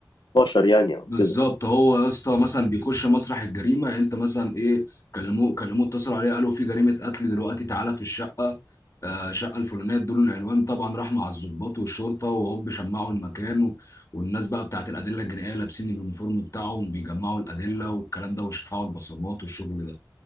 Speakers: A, on the left; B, on the left.
A: البشر يعني أو
B: بالظبط
A: كده
B: هو يا اسطى مثلا بيخش مسرح الجريمه يعني انت مثلا ايه كلموه كلموه اتصلوا عليه قالوا في جريمه قتل دلوقتي تعالى في الشقه آه شقه الفلانيه ادوا له العنوان طبعا راح مع الضباط والشرطه وهوب شمعوا المكان و... والناس بقى بتاعت الادله الجنائيه لابسين اليونيفورم بتاعهم بيجمعوا الادله والكلام ده وشفعوا البصمات والشغل ده